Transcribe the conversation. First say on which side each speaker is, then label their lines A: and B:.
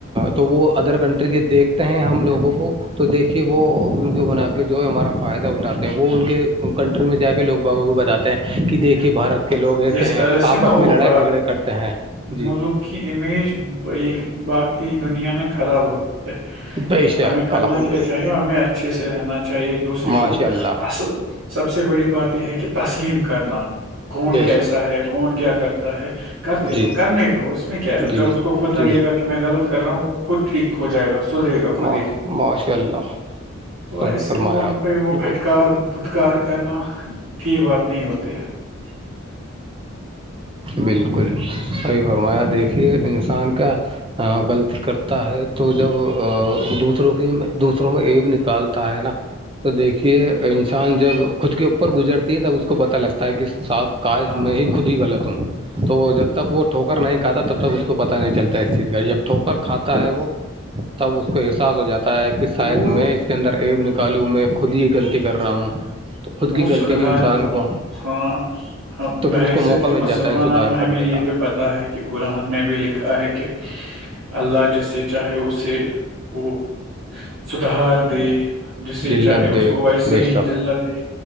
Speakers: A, on the right; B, on the right.
A: تو وہ ادر کنٹری کے دیکھتے ہیں ہم لوگوں کو تو دیکھیے وہ ویڈیو بنا کے جو ہے ہمارا فائدہ اٹھاتے ہیں وہ ان کے کنٹری میں جا کے لوگ بابوں کو بتاتے ہیں
B: ہوں۔
A: کہ دیکھیے بھارت کے لوگ ایسے
B: اس
A: ہیں
B: طرح سے
A: آپس
B: نا وہ
A: میں لڑائی
B: با
A: جھگڑے کرتے ہیں جی
B: ملک کی امیج باقی دنیا میں خراب ہوتی ہے
A: بے شک
B: ہمیں کرنا
A: الحمد
B: کیا
A: للہ
B: چاہیے اور ہمیں اچھے سے رہنا چاہیے ایک دوسرے
A: ماشاء
B: کو
A: اللہ
B: اصل سب سے بڑی بات یہ ہے کہ تسلیم کرنا کون
A: بے
B: کیسا
A: شک
B: ہے کون کیا کرتا ہے کرتے
A: جی
B: رہو کرنے دو اس میں کیا ہے
A: جی
B: جب اس کو خود لگےا
A: جی
B: کہ میں غلط کر رہا ہوں وہ خود ٹھیک ہو جائے گادرے گا خود
A: ماش
B: ہی
A: ماشاء اللہ
B: تو
A: صحیح
B: ایسے
A: فرمایا
B: وہ ان
A: آپ
B: پہ وہ
A: نے بالکل
B: پھٹکار دھودکار کرنا ٹھیک بات نہیں ہوتی ہے <inaudible>
A: بالکل صحیح فرمایا دیکھیے انسان کیا غلطی کرتا ہے تو جب دوسروں کے دوسروں میں ایب نکالتا ہے نا تو دیکھیے
B: ہوں،
A: انسان جب خود کے اوپر گزرتی ہے تب اس کو پت لگتا ہے کہ ساخ کاش
B: ہاں
A: میں ہی
B: ہاں
A: خود ہی غلط ہوں تو وہ جب تک وہ ٹھوکر نہیں کھا تب تک اس کو پت نہیں چلتا اس چیز کا جب ٹھوکر کھاتا ہے وہ تب اس کو احساس ہو جاتا ہے ک شاید
B: وہ
A: میں اس کے اندر ایب نکالوں میں خود ہی غلطی کر رہا ہوں تو خود
B: بہت
A: کی
B: سدار
A: غلطی بھی انسان کو
B: ہاں ہم
A: تو
B: بحث
A: پھر اس کو موقع مل
B: مسلمان
A: جاتا ہے سدھار
B: ہم
A: کرنے
B: ہمیں یہی
A: کا
B: پہ پت ہے کہ قرآن میں بھی لکھا ہے کہ اللہ جس سے چاہے اسے وہ سدھار دے جسے
A: جلت
B: چاہے
A: دے
B: اس کو ویسے
A: بے
B: ہی
A: شک
B: ذلا دے